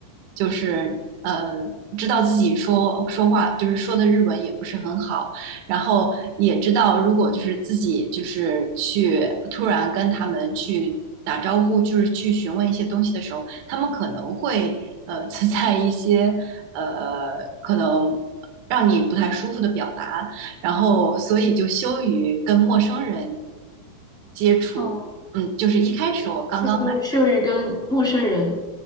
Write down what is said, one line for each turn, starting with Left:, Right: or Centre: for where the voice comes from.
Right: 就是呃，知道自己说说话就是说的日文也不是很好，然后也知道如果就是自己就是去突然跟他们去打招呼，就是去询问一些东西的时候，他们可能会呃存在一些呃可能。让你不太舒服的表达，然后所以就羞于跟陌生人接触。
Centre: 哦，
Right: 嗯，就是一开始我刚刚来，
Centre: 论用于跟陌生人